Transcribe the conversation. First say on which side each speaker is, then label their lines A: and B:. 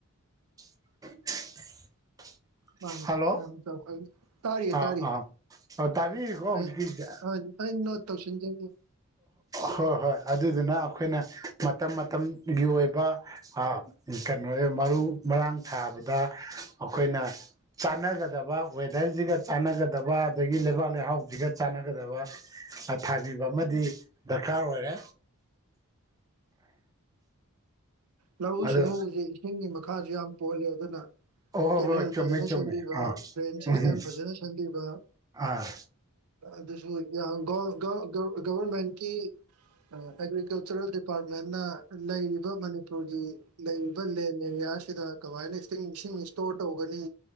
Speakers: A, on the right (about 15°); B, on the right (about 80°).
A: <unintelligible>
B: ꯄꯥꯝ
A: ꯍꯜꯂꯣ
B: ꯌꯥꯝ ꯆꯥꯎꯈꯠ ꯇꯥꯔꯤꯌꯦ
A: ꯑꯥ
B: ꯇꯔꯤꯌꯦ
A: ꯑꯥ ꯇꯥꯕꯤꯔꯤꯀꯣ ꯍꯧꯖꯤꯛꯀꯤꯁꯦ
B: ꯑꯩ ꯑ ꯑꯩ ꯅꯣꯠ ꯇꯧꯁꯤꯖꯒꯦ
A: ꯍꯣꯏ ꯍꯣꯏ ꯑꯗꯨꯗꯨꯅ ꯑꯩꯈꯣꯏꯅ ꯃꯇꯝ ꯃꯇꯝꯒꯤ ꯑꯣꯏꯕ ꯐꯥꯔꯝ ꯀꯩꯅꯣ ꯃꯔꯨ ꯃꯔꯥꯡ ꯊꯥꯕ ꯂꯩꯕ ꯑꯩꯈꯣꯏꯅ ꯆꯥꯟꯅꯒꯗꯕ ꯋꯦꯗꯔꯁꯤꯒ ꯆꯥꯟꯅꯒꯗꯕ ꯑꯗꯒꯤ ꯂꯩꯕꯥꯛ ꯂꯩꯍꯥꯎꯁꯤꯒ ꯆꯥꯟꯅꯒꯗꯕ ꯊꯥꯕꯤꯕ ꯑꯃꯗꯤ ꯗꯤ ꯗꯔꯀꯥꯔ ꯑꯣꯏꯔꯦ
B: ꯂꯧꯎ
A: ꯑꯗꯣ
B: ꯁꯤꯡꯎꯁꯦ ꯏꯁꯤꯡꯒꯤ ꯃꯈꯥꯁꯨ ꯌꯥꯝ ꯄꯣꯜꯂꯦ ꯑꯗꯨꯅ
A: ꯑꯣ ꯍꯣꯏ
B: ꯀꯦꯅꯦꯜ
A: ꯍꯣꯏ ꯆꯨꯝꯃꯦ
B: ꯐꯖꯅ
A: ꯆꯨꯝꯃꯦ
B: ꯁꯦꯝꯕꯤꯕ
A: ꯑꯥ
B: ꯗ꯭ꯔꯦꯟ ꯁꯤꯁꯇꯦꯝ
A: ꯎꯝ
B: ꯐꯖꯅ ꯁꯦꯝꯕꯤꯕ
A: ꯑꯥ
B: ꯑꯗꯨꯁꯨ ꯌꯥꯝ ꯒ ꯒ ꯒꯕꯔꯃꯦꯟꯀꯤ ꯑꯦꯒ꯭ꯔꯤꯀꯜꯆꯔꯦꯜ ꯗꯤꯄꯥꯔꯠꯃꯦꯟꯅ ꯂꯩꯔꯤꯕ ꯃꯅꯤꯄꯨꯔ ꯃꯅꯤꯄꯨꯔꯒꯤ ꯂꯩꯔꯤꯕ ꯂꯦꯟ ꯑꯦꯔꯤꯌꯥꯁꯤꯗ ꯀꯃꯥꯏꯅ ꯏꯁꯇꯤꯡ ꯏꯁꯤꯡ ꯏꯁꯇꯣꯔ ꯇꯧꯒꯅꯤ